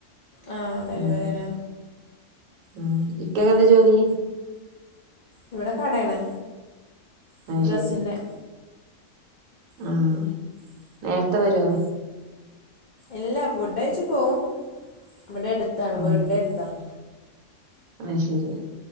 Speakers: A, on the left; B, on the right.
A: ആ ഡെലിവറിയാണ്
B: ഉം ഉം ഇക്കാക്കെന്താജോലി
A: ഇവടെ കടേണ്
B: അത്
A: ഡ്രസ്സിന്റെ
B: ശരി ആഹ് നേര്ത്തെ വരുവാ
A: ഇല്ല ഫുഡഴ്ച്ച് പോവും ഇവടെടുത്താണ്
B: ഉം
A: വീടിന്റെട്ത്താണ്
B: അത് ശരി